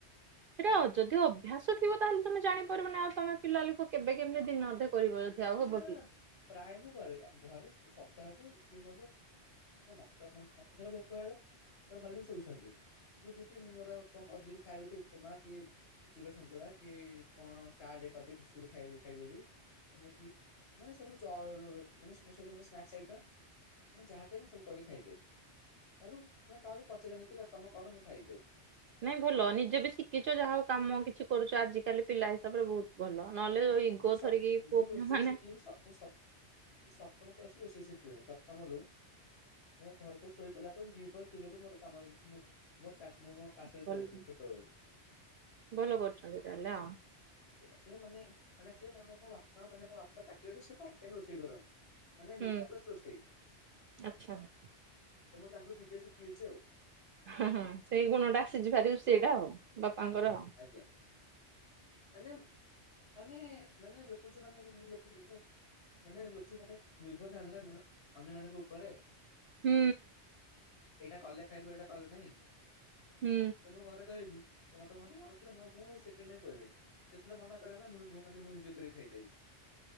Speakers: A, on the right; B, on the left.
A: ସେଇଟା ଯଦି ଅଭ୍ୟାସ ଥିବ ତାହେଲେ ତମେ ଜାଣିପାରିବନା ଆଉ ତମେ ପିଲା ଲୋକ କେବେ କେମିତି ଦିନେଅଧେ ଦେଖ କରିବ ଯଦି ଆଉ ହବ
B: ନା
A: କି।
B: ନା ପ୍ରାୟ ମୁଁ କରେ ଘରେ ସପ୍ତାହକୁ ଯ ମା ତା ମନେ ଭୋକ ହେଲା ତ ଘରେ ନେଇକି ଶୋଇ ସୁଆଦେବି। ମୁଁ ଯିବି ମୁ ମୋର କଣ କରିବି ଦେବି ଖାଇବାକୁଥିବ ଉପମା କି ଚୁଡା ସନ୍ତୁଳା କି କଣ ଚା ଟିକେ କରିଦେବି ବିଷ୍ଟୁ ଖାଇ ଖାଇଦେବି। ମାନେ ମାନେ ସବୁ ଚ ମାନେ ସ୍ନେକେସ ଆଇଟମ। ଆପଣ ଯାହା ଦେବେ ମୁଁ ସବୁ କରିକି ଖାଇଦେବି ତାକୁ ମାନେ କାହାକୁ ପଚାରନି କି ତମେ କର ମୁଁ ଖାଇବି ବୋଲି।
A: ନାଇଁ ଭଲ ନିଜେ ବି ଶିଖିଚ ଯାହା ହୋଉ କାମ କିଛି କରୁଚ ଆଜିକାଲି ପିଲା ହିସାବରେ ବୋହୁତ ଭଲ ନହେଲେ ଇଗୋ
B: ମୁଁ ସବୁ
A: ଧରିକି
B: ମୁଁ
A: ପୁଅ
B: ରୋଷେଇ
A: ପିଲାମାନେ
B: ଶିଖିଲି ମୁଁ ସବୁ ସବୁ ମୁ ସପ୍ତମ କ୍ଲାସରୁ ରୋଷେଇ ଶିଖିଲିଣିି ସପ୍ତମରୁ ମୋ ଘରେ ସବୁ ଶୋଇପଡ଼ିଲା ପରେ ମୁଁ ଦିପହରେ ଚୁଲିରେ ମୋର କାମ ମୁଁ ମୋା ମୁଁ ମୋ କାଶ କାଶଦି
A: ଭଲ
B: ଚଳେଇଥିବି ଛୋଟବେଳୁ।
A: ଭଲ କରୁଚନ୍ତି ତାହେଲେ ଆଉ।
B: ଅକୁଚୁଆଲି ମାନେ ମାନେ ମୋ ବାପା ମାନେ ବାପା ଚାକିରେ ଅ ସେ ଫାଷ୍ଟେ ଟାଇମ ରୋଷେଇ କରନ୍ତି। ମାନେ ମିଠା
A: ହୁଁ
B: ପ୍ଲସ ରୋଷେଇ
A: ଆଚ୍ଛା ହଁ
B: ତମର ତାଙ୍କୁର ବିଦେ ଶିଖିଇଚି ଆଉ।
A: ହଁ ସେଇ ଗୁଣ ଟା ଆସିଚି ଭାରି ରୁସେଇଟା ଆଉ ବାପାଙ୍କର ଆଉ।
B: ଆଜ୍ଞା ମାନେ ମାନେ ମାନେ ଲେଖୁଛୁ ମାନେ <unintelligible> ମାନେ ଲୋକ ସ ମାନେ ନିର୍ଭର ଥାନ୍ତିନା କଣ ଅନ୍ୟ ମାନଙ୍କ ଉପରେ।
A: ହୁଁ।
B: ଏଟା କଲେ ଖାଇବୁ ଏଟା କଲେ ନାଇଁ।
A: ହୁଁ।
B: ତ ମୁଁ ଘରେ କହିବି। ତ ଘରେ ମୁଁ <unintelligible> ସେକେଣ୍ଡ ଟାଇମ୍ କଇବିନି। ସେଥିର ମନା କରେ ନା ମୁଁ ବି କୁଅ ପାଣିରେ ମୁଁ ନିଜେ କରି ଖାଇଦେବି।